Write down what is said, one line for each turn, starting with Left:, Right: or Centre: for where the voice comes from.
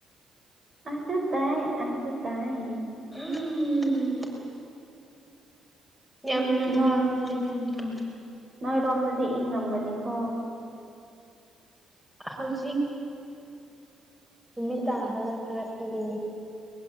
Right: ꯑꯗꯨ ꯇꯥꯏ ꯑꯗꯨ ꯇꯥꯏ
Centre: ꯎꯝ ꯌꯥꯝꯅ
Right: ꯅꯣꯏ
Centre: ꯌꯥꯝꯅ ꯌꯥꯝꯅ
Right: ꯅꯣꯏꯔꯣꯝꯗꯗꯤ ꯏꯪꯔꯝꯒꯅꯤꯀꯣ
Centre: ꯍꯧꯖꯤꯛ ꯅꯨꯃꯤꯠ ꯈꯔ ꯈꯔ ꯏꯪꯉꯦ